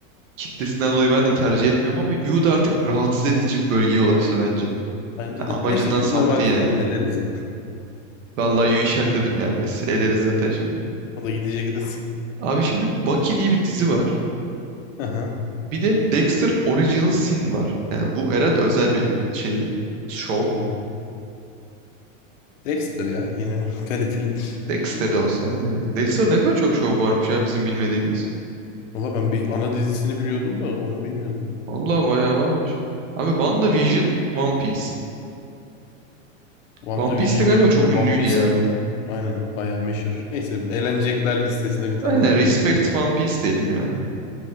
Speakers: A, on the right; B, on the left.
A: kitlesinden dolayı ben de tercih etmiyorum ama Yu da artık rahatsız edici bir bölgeye ulaştı bence.
B: Bence
A: Amacından
B: de. Neyse Kurtlar
A: saptı
B: Vadisi
A: yani.
B: diyelim eleriz ya.
A: Vallahi Yu işaretledim yani. Eleriz zaten şimdi.
B: O da gidecek zaten.
A: Abi şimdi Bucky diye bir dizi var.
B: <laughs> Aha.
A: Bir de Dexter Original Sin var. Yani bu herhalde özel bir şeyi. Şov.
B: Hmm. Dexter ya yine kalitelidir.
A: Dexter'da olsa aynen. yani. Dexter ne kadar çok şov varmış ya bizim bilmediğimiz.
B: Valla ben bir ana dizisini biliyordum da onu bilmiyordum.
A: Vallahi bayağı varmış. Abi WandaVision, One Piece.
B: WandaVision'ı
A: One Piece de galiba
B: biliyorum
A: çok
B: da
A: ünlüydü
B: One Piece
A: ya.
B: aynen bayağı meşhur. Neyse elenecekler listesine bir tane
A: Aynen
B: daha
A: Respect
B: geldi.
A: One Piece diyelim ya.